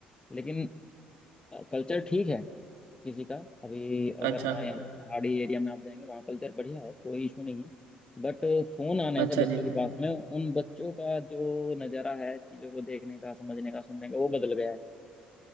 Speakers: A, on the left (about 20°); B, on the right (about 80°).
A: लेकिन कल्चर ठीक है किसी का अभी अगर
B: अच्छा
A: हमारे यहाँ पे पहाड़ी एरिया में आप जाएंगे वहाँ कल्चर बढ़िया है कोई इशू नहीं है बट फोन आने
B: अच्छा
A: से बच्चों
B: जी
A: के पास में उन बच्चों का जो नज़ारा है चीज़ों को देखने का समझने का सुनने का वो बदल गया है